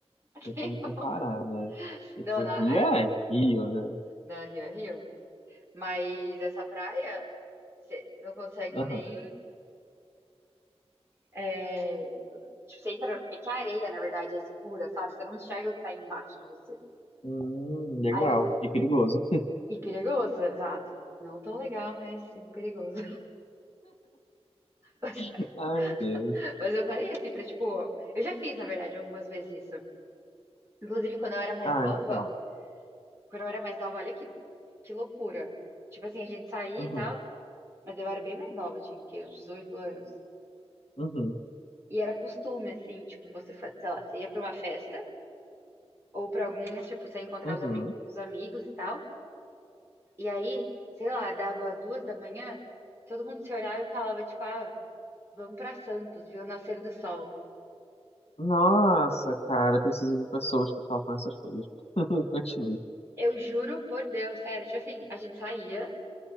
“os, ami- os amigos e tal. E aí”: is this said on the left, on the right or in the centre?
Right